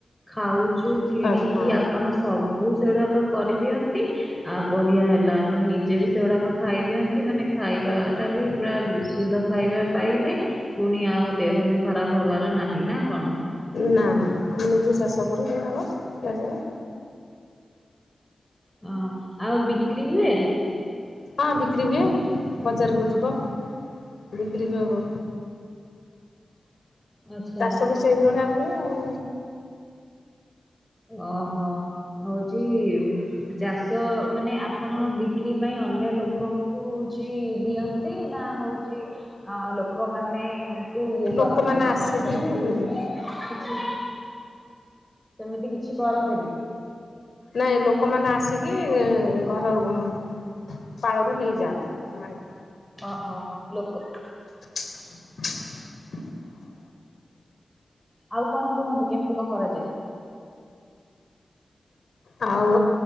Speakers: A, in the centre; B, on the left.
A: ଖାଉଚୁ କିଣିକି
B: ହଁ ହଁ
A: ଆପଣ ସବୁ ସେରାକ କରିଦିଅନ୍ତି। ଆଉ ବଢି଼ଆ ହେଲା ଆପଣ ନିଜେ ବି ସେଗୁଡା଼କ ଖାଇଦିଅନ୍ତୀ ମାନେ ଖାଇବା ଟା ବି ପୁରା ବିସ ଶୁଦ୍ଧ ଖାଇବା ପାଇଲେ ପୁଣି ଆଉ ଦେହ ବି ଖରାପ ହବାର ନାହିଁ ନା କଣ?
B: ନା ନା ଆମେ ନିଜେ ଚାଷ କରୁ ସେଗୁଡ଼ାକ ଖିଆଯାଏ।
A: ହଁ ଆଉ ବିକ୍ରି ହୁଏ?
B: ହଁ ବିକ୍ରି ହୁଏ ବଜାରକୁ ଯିବ। ବିକ୍ରି ହୁଏ ବହୁ
A: <inaudible> ଆଚ୍ଛା
B: ଚାଷ ବି ସେଇଭଳିଆ ହୁଏ ଆଉ।
A: ଓହୋ ହଉଚି ଚାଷ ମାନେ ଆପଣ ବିକ୍ରି ପାଇଁ ଅନ୍ୟ ଲୋକଙ୍କୁ ଚି ଦିଅନ୍ତି ନା ହଉଛି ହଁ ଲୋକମାନେଙ୍କୁ ଇଏ
B: ଲୋକମାନେ
A: କରନ୍ତି
B: ଆସିକି
A: ନା ସେମିତି
B: ବି
A: କିଛି ସେମିତି କିଛି କରନ୍ତିନି।
B: ନାଇଁ ଲୋକମାନେ ଆସିକି ଘର ଉଁ ପାଳରୁ ନେଇଯାଆନ୍ତି ସେମାନେ।
A: ଅ ହ ଲୋକ
B: <inaudible>
A: ଆଉ କଣ କୁହନ୍ତୁ କେମିତି କଣ କରାଯାଏ?
B: ଆଉ